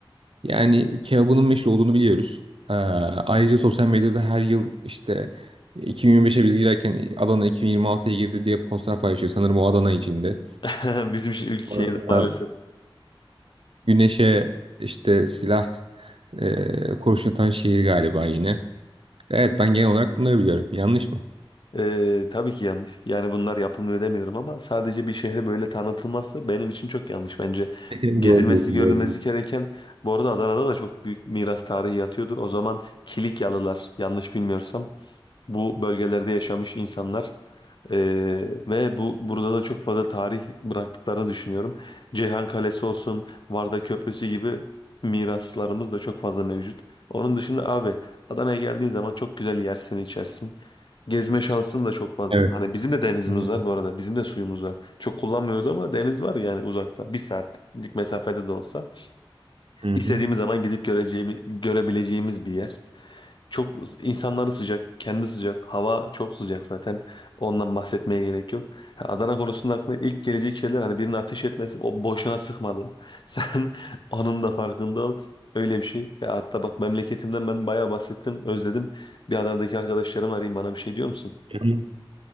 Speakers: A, on the right; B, on the left.
A: Yani kebabının meşhur olduğunu biliyoruz. Ee, ayrıca sosyal medyada her yıl işte 2025'e biz girerken Adana 2026'ya girdi diye postlar paylaşıyor. Sanırım o Adana içinde.
B: <laughs> Bizim şey, ülke
A: Sonrasında
B: şeyde maalesef.
A: Güneşe işte silah e, kurşun atan şehir galiba yine. Evet ben genel olarak bunları biliyorum. Yanlış mı?
B: Ee, tabii ki yanlış. Yani bunlar yapılmıyor demiyorum ama sadece bir şehri böyle tanıtılması benim için çok yanlış bence.
A: <laughs>
B: Gezilmesi,
A: Doğru diyorsun.
B: görülmesi
A: doğru diyorsun.
B: gereken bu arada Adana'da da çok büyük miras tarihi yatıyordur. O zaman Kilikyalılar yanlış bilmiyorsam bu bölgelerde yaşamış insanlar ee, ve bu burada da çok fazla tarih bıraktıklarını düşünüyorum. Ceyhan Kalesi olsun, Varda Köprüsü gibi miraslarımız da çok fazla mevcut. Onun dışında abi Adana'ya geldiğin zaman çok güzel yersin, içersin. Gezme şansın da çok fazla.
A: Evet.
B: Hani bizim de denizimiz
A: Doğru.
B: var bu arada. Bizim de suyumuz var. Çok kullanmıyoruz ama deniz var yani uzakta. Bir saatlik mesafede de olsa.
A: Hı
B: istediğimiz
A: hı.
B: zaman gidip göreceğimiz, görebileceğimiz bir yer. Çok insanları sıcak, kendi sıcak. Hava çok sıcak zaten. Ondan bahsetmeye gerek yok. Ha, Adana konusunda aklıma ilk gelecek şeyler hani birinin ateş etmesi o boşuna sıkmadı o. <laughs> Sen onun da farkında ol. Öyle bir şey. Ya hatta bak memleketimden ben bayağı bahsettim, özledim. Bir Adana'daki arkadaşlarım arayayım bana bir şey diyor musun?
A: Hı hı.